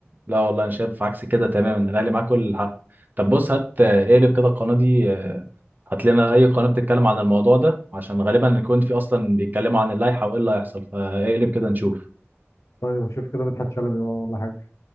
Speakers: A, on the right; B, on the left.
A: لا والله انا شايف عكس كده تماما الاهلي معاه كل الحق طب بص هات آه، اقلب كده القناه دي آه، هات لنا اي قناه بتتكلم عن الموضوع ده عشان غالبا يكون في اصلا بيتكلموا عن اللائحه وايه اللي هيحصل فاقلب كده نشوف
B: طيب هشوف كده مدحت شلبي ولا حاجه